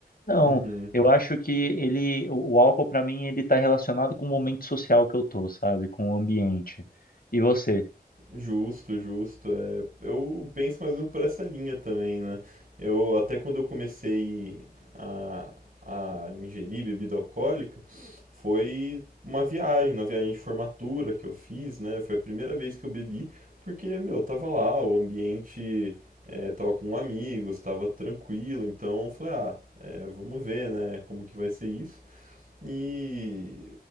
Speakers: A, on the left; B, on the right.
A: Não,
B: Uhum.
A: eu acho que ele, o o álcool pra mim, ele tá relacionado com o momento social que eu tô, sabe? Com o ambiente. E você?
B: Justo, justo. É, eu penso mais ou menos por essa linha também, né? Eu até quando eu comecei a, a ingerir bebida alcoólica, foi uma viagem, na viagem de formatura que eu fiz, né? Foi a primeira vez que eu bebi, porque, meu, eu tava lá, o ambiente é, tava com amigos, tava tranquilo, então eu falei, ah, é, vamos ver, né, como que vai ser isso. E